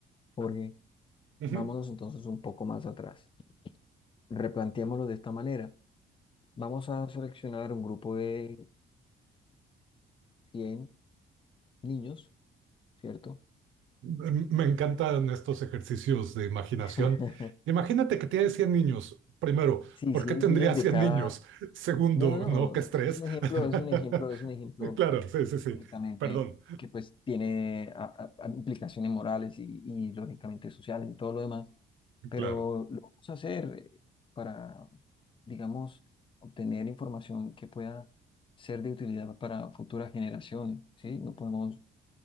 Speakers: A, on the left; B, on the right.
A: Jorge,
B: Ujú.
A: vámonos entonces un poco más atrás. Replanteémoslo de esta manera. Vamos a seleccionar un grupo de 100 niños, ¿cierto?
B: Me encantan estos ejercicios de imaginación.
A: <laughs>
B: Imagínate que tienes 100 niños. Primero,
A: Sí,
B: ¿por
A: cien
B: qué tendrías
A: niños de
B: 100
A: cada...
B: niños? Segundo,
A: No, no, no,
B: no, qué
A: es
B: estrés.
A: es un
B: <laughs>
A: ejemplo, es un ejemplo, es un ejemplo
B: Claro, sí, sí, sí.
A: únicamente
B: Perdón.
A: que pues tiene a- a- a implicaciones morales y, y lógicamente sociales y todo lo demás. pero
B: Claro.
A: lo vamos a hacer para, digamos, obtener información que pueda ser de utilidad para futuras generaciones, ¿sí? No podemos